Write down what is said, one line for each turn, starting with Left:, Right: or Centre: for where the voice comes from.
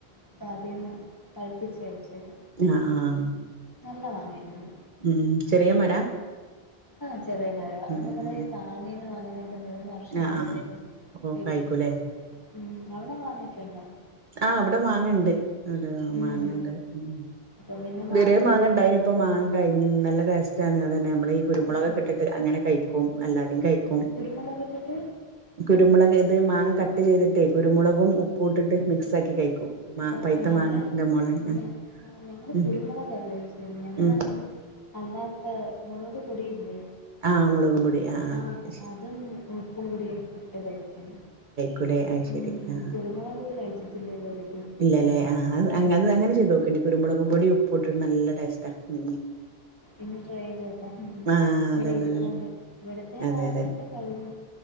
Left: ഇപ്പ ആദ്യന്നെ പഴുപ്പിച്ച വെച്ചത്
Right: ആ ആഹ്
Left: നല്ല മാങ്ങെയ്‌ര്ന്നു
Right: ഉം ഉം ചെറിയ മരാ
Left: ആ ചെറിയ മരാ അത്
Right: ഉം
Left: നമ്മള്
Right: ഉം
Left: ഈ
Right: ഉം
Left: ഫാമീന്ന് വാങ്ന്നൊണ്ട് മൂന്ന് വ ഷാവുമ്പത്തേനും
Right: ആഹ് ആഹ് ഓ
Left: പിടിക്ക്യും
Right: കായ്ക്കൂലേ
Left: ഉം അവടെ മാങ്ങക്കെ ഉണ്ടോ
Right: ആ അവടെ മാങ്ങ ഇണ്ട് <unintelligible>
Left: ഉം
Right: മാങ്ങ ഇണ്ട്. ഉം
Left: ഇപ്പം പിന്നെ
Right: ഇത്
Left: മാങ്ങാ
Right: വരെ മാങ്ങ
Left: സീസണല്ലേ.
Right: ഇണ്ടായിനി ഇപ്പം മാ കഴിഞ്ഞി നല്ല ടേസ്റ്റാണ് അതന്നെ നമ്മള ഈ കുരുമോളകക്കെ
Left: ആഹ്
Right: ഇട്ടിട്ട് അങ്ങനെ കഴിക്കും അല്ലാതിം കഴിക്കും.
Left: കുരുമൊളകിട്ടിട്ട്
Right: കുരുമുളക് ഇത് മാങ്ങ കട്ട് ചെയ്ത്ട്ട് കുരുമുളകും ഉപ്പു ഇട്ട്ട്ട് മിക്സ് ആക്കി കഴിക്കും. മാ
Left: ഓ
Right: പൈത്ത
Left: ഞങ്ങള്
Right: മാങ്ങ ഇന്റെ മോളെ ഉം
Left: ഞ ഞങ്ങള്
Right: ഉം
Left: കുരുമുളകല്ല യൂസയ്യ ഞങ്ങളാണെങ്കി
Right: ഉം
Left: അല്ലാത്ത മുളക് പൊടി ഇല്ലേ.
Right: ആഹ് മുളകും പൊടി
Left: ആഹ്
Right: അയ്ശരി
Left: അതും ഉപ്പും കൂടി ഇട്ട്ട്ട് കഴിക്കും
Right: കുലേ അത് ശരി
Left: ഉം
Right: ആ
Left: കുരുമുളകിട്ട് കഴിച്ചിട്ടില്ല ഇതുവരേക്കും
Right: ഇല്ല ലെ ആ അത് അങ്ങ
Left: ഉം
Right: അത്
Left: ഉം
Right: അങ്ങനെ ചെയ്തൊക്കണ്ടി. കുരുമുളകും പൊടി ഉപ്പു ഇട്ട്ട്ട് നല്ല ടേസ്റ്റാ ഉം ഉം
Left: ഇഞ് ട്രൈ ചെയ്തൊക്കാം ഉം.
Right: ആഹ്
Left: ഇവടെ
Right: അതന്നെ
Left: ഇരിപ്പുണ്ട്
Right: അതന്നെ
Left: ഇവടത്തെ
Right: അതെ
Left: മാങ്ങോക്ക
Right: അതെ
Left: കഴിഞ്ഞു.